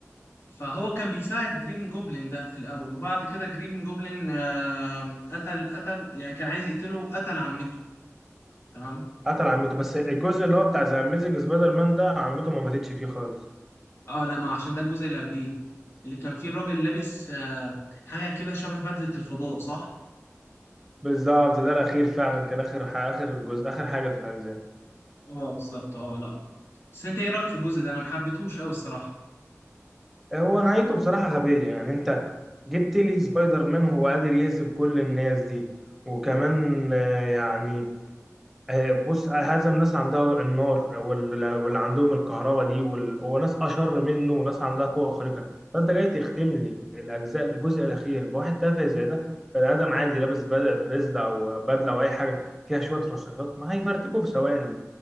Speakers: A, on the left; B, in the centre.
A: فهو كان بيساعد جرين جوبلين ده في الأول وبعد كده جرين جوبلين آه قتل قتل يعني كان عايز يقتله قتل عمته تمام؟
B: قتل عمته بس الجزء اللي هو بتاع ذا أميزنج سبايدر مان ده عمته ما ماتتش فيه خالص
A: اه لا ما عشان ده الجزء اللي قبليه اللي كان فيه الراجل لابس آه حاجة كده شبه بدلة الفضاء صح؟
B: بالظبط ده الاخير فعلا كان اخر ح- اخر جزء اخر حاجه في الاجزاء
A: اه بالظبط اه لا بس انت ايه رايك في الجزء ده انا ما حبيتهوش قوي الصراحه
B: آه، هو نهايته بصراحه غبيه يعني انت جبت لي سبايدر مان هو قادر يهزم كل الناس دي وكمان آه، يعني آه، بص آه، هزم ناس عندها النار وال- واللي عندهم الكهرباء دي وال- وناس اشر منه وناس عندها قوه خارقه فانت جاي تختم لي الاجزاء الجزء الاخير بواحد تافه زي ده بني ادم عادي لابس بد- بزله او بدله او اي حاجه فيها شويه رشاشات ما هيفرتكوا في ثواني